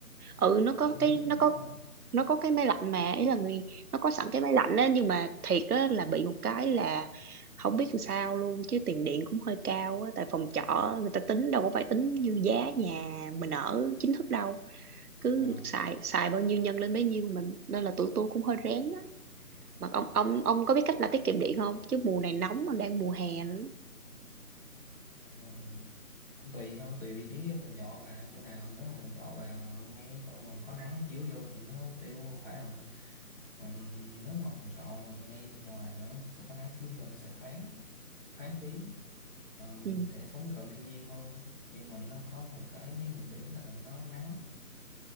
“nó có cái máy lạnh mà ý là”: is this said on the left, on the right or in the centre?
Right